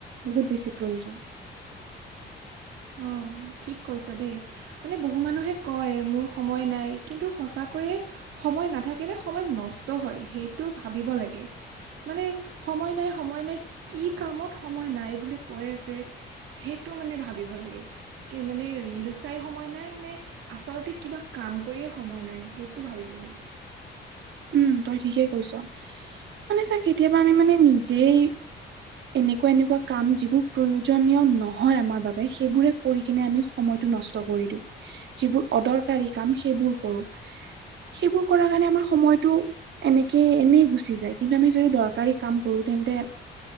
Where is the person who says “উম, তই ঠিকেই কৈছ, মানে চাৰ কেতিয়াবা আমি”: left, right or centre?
Right